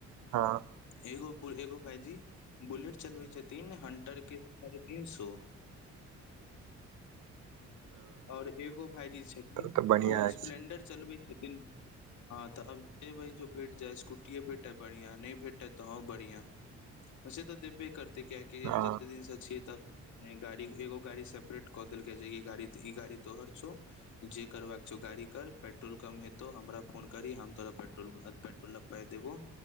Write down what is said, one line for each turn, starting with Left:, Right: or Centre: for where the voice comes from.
Right: हँ
Left: एगो एगो भाइजी बुलेट चलबै छथिन हंटर के साढ़े तीन सो ओर एगो भाईजी छथिन
Right: तब तऽ बढ़िया
Left: ओ
Right: अछि
Left: स्प्लेंडर चलबै छथिन हँ तऽ आब जेबै ज भेट जाय स्कूटीे भेटै बढ़िआं नहि भेटै तऽ हं बढ़िआं सेे तऽ देबे करत तै कियक
Right: हँ
Left: जते दिन से छिये तऽ गाड़ी एगो गाड़ी सेपरेट कऽ देलक जे गाड़ी ई गाड़ी तोहर छो जे करबाक छौ गाड़ी कर पेट्रोल कम हेतौ हमरा फोन करी हम तोरा पेट्रोल पेट्रोल पाइ देबो